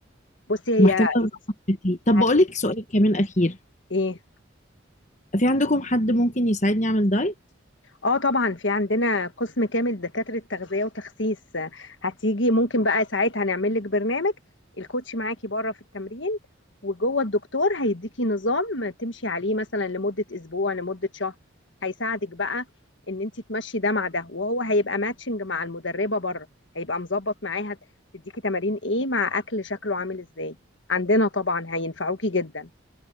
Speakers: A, on the left (about 65°); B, on the left (about 35°).
A: بصي هي
B: ومحتاجه اظبط
A: انت
B: شكلي
A: هتنزلي
B: طب بقول لك سؤال كمان اخير
A: ايه
B: في عندكم حد ممكن يساعدني اعمل دايت
A: اه طبعا في عندنا قسم كامل دكاترة تغذية وتخسيس آه، هتيجي ممكن بقى ساعتها هنعمل لك برنامج الكوتش معاكي بره في التمرين وجوه الدكتور هيديكي نظام تمشي عليه مثلا لمدة اسبوع لمدة شهر هيساعدك بقى ان انت تمشي ده مع ده وهو هيبقى ماتشنج مع المدربة بره هيبقى مظبط معاها تديكي تمارين ايه مع اكل شكله عامل ازاي عندنا طبعا هينفعوكي جدا